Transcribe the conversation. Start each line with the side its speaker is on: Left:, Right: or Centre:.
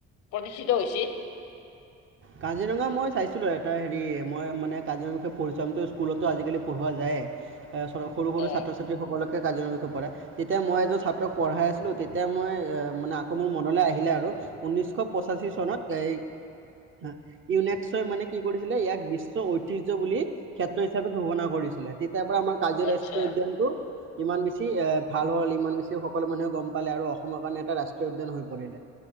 Left: প্ৰতিষ্ঠিত হৈছিল,
Right: কাজিৰঙা মই চাইছিলো এটা হেৰি মই মানে কাজিৰঙা বিষয়ে পঢ়িছিলো স্কুলতো আজিকালি পঢ়োৱা যায় সৰু সৰু
Left: অ
Right: ছাত্ৰ ছাত্ৰীসকলক, কাজিৰঙাৰ বিষয়ে পঢ়ায় তেতিয়া মই এজন ছাত্ৰক পঢ়াই আছিলোঁ তেতিয়া মই মানে আকৌ মোৰ মনলৈ আহিলে আৰু ঊন্নিশ পঁচাশী চনত এ
Left: <unintelligible>
Right: অ ইউনেক্সই মানে কি কৰিছিলে, ইয়াক বিশ্ব ঐতিহ্য বুলি ক্ষেত্ৰ হিচাপে ঘোষণা কৰিছিলে। তাৰ পৰৰা আমাৰ কাজিৰঙা
Left: আচ্ছা
Right: ৰাষ্ট্ৰীয় উদ্যানটো। ইমান বেছি ভাল হ'ল ইমান বেছি সকলো মানুহে গম পালে আৰু অসমৰ কাৰণে এটা ৰাষ্ট্ৰীয় উদ্যান হৈ পৰিলে।